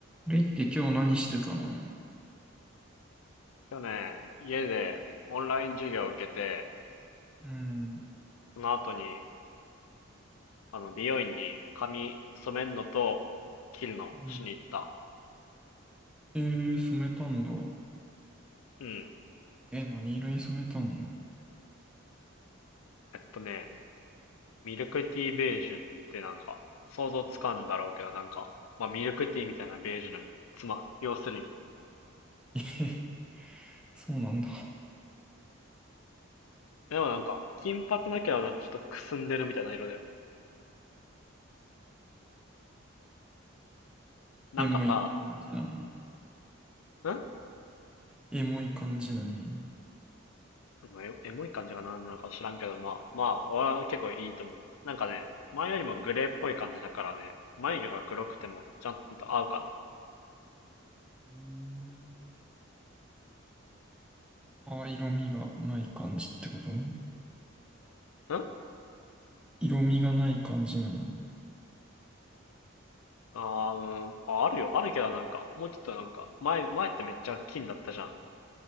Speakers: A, in the centre; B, on the left.
A: レイって今日何してたの
B: 去年、家でオンライン授業を受けて、
A: うん。
B: その後に、あの、美容院に髪染めるのと切るのしに行った。
A: うんえー、染めたんだ。
B: うん。
A: え、何色に染めたの
B: えっとね、ミルクティーベージュってなんか、想像つかんだろうけど、なんか、まあ、ミルクティーみたいなベージュの、つま、要するに。
A: え、<laughs> そうなんだ。
B: でもなんか、金髪だけどなんかちょっとくすんでるみたいな色だよ。なんかさ、
A: エモい感じなの。
B: ん
A: エモい感じなの。
B: まあの、エエモい感じが何なのか知らんけど、まあ、まあ、俺は結構いいと思う。なんかね、前よりもグレーっぽい感じだからね、眉毛が黒くてもちゃんと合うか
A: うんあ色味がない感じってこと
B: な。ん
A: 色味がない感じなの。
B: あーうん、ああるよ、あるけどなんか、もうちょっとなんか、前、前ってめっちゃ金だったじゃん。